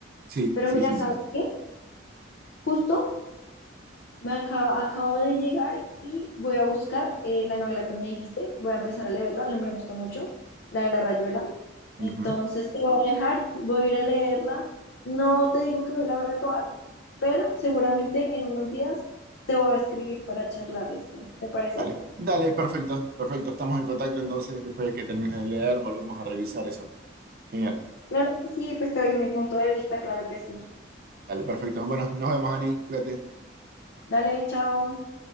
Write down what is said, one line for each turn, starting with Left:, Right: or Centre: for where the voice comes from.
Right: sí,
Left: Pero
Right: sí,
Left: mira,
Right: sí,
Left: ¿sabes
Right: sí. sí.
Left: qué? Justo me acaba, acabo de llegar y voy a buscar eh, la novela que me dijiste, voy a empezar a leerla, la- me gustó mucho, la de La Rayuela. Entonces
Right: Ujú.
Left: te voy a dejar, voy a ir a leerla. No te digo que hoy la voy a acabar, pero seguramente en unos días te voy a escribir para charlar esto. ¿Te parece?
Right: Dale, dale, perfecto, perfecto. Estamos en contacto entonces, después de que termines de leer, volvemos a revisar eso. Genial.
Left: Claro que sí, pues te doy mi punto de vista, claro que sí.
Right: Dale, perfecto. Bueno, nos vemos, Ani. Cuídate.
Left: Dale, chao.